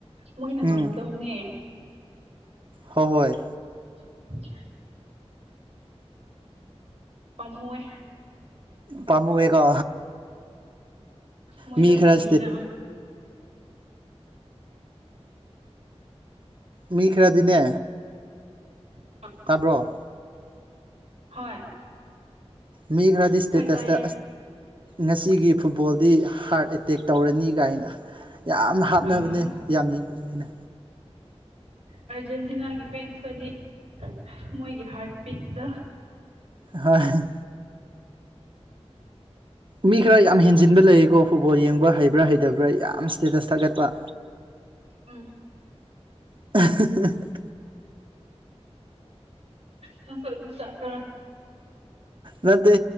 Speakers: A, on the right (about 90°); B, on the right (about 50°).
A: ꯃꯣꯏꯅ ꯉꯝꯒꯗꯧꯅꯦ
B: ꯎꯝ ꯍꯣ ꯍꯣꯏ
A: <inaudible> ꯄꯃꯨꯋꯦ
B: ꯄꯥꯃꯨꯌꯦꯀꯣ
A: ꯃꯣꯏꯗꯣ
B: ꯃꯤ ꯈꯔ
A: ꯀꯨꯏꯅ
B: ꯏꯁꯇꯤꯠ ꯃꯤ ꯈꯔꯗꯤꯅꯦ
A: <inaudible>
B: ꯇꯥꯕ꯭ꯔꯣ
A: ꯍꯣꯏ
B: ꯃꯤ ꯈꯔꯗꯤ ꯏꯁꯇꯦꯇꯁꯇ
A: ꯍꯣꯏ ꯇꯥꯏꯌꯦ
B: ꯉꯁꯤꯒꯤ ꯐꯨꯠꯕꯣꯜꯗꯤ ꯍꯥꯔꯠ ꯑꯦꯇꯦꯛ ꯇꯧꯔꯅꯤ ꯒꯥꯏꯅ ꯌꯥꯝ ꯍꯥꯠꯅꯕꯅꯦ
A: ꯑꯥ
B: ꯌꯥꯝ ꯌꯦꯡꯕ ꯗꯨꯃꯥꯏꯅ
A: ꯑꯔꯖꯦꯟꯇꯤꯅꯥꯒꯤ ꯐꯦꯟꯁꯈꯣꯏꯗꯤ ꯃꯣꯏꯒꯤ ꯍꯥꯔꯠ ꯕꯤꯠꯗ
B: ꯍꯣꯏ ꯃꯤ ꯈꯔ ꯌꯥꯝ ꯍꯦꯟꯖꯤꯟꯕ ꯂꯩꯌꯦꯀꯣ ꯐꯨꯠꯕꯣꯜ ꯌꯦꯡꯕ ꯍꯩꯕ꯭ꯔꯥ ꯍꯩꯇꯕ꯭ꯔꯥ ꯌꯥꯝ ꯏꯁꯇꯦꯇꯁ ꯊꯥꯒꯠꯄ
A: ꯎꯝ
B: <inaudible>
A: ꯅꯪꯁ ꯑꯗꯨ ꯖꯠꯇꯔ
B: ꯅꯠꯇꯦ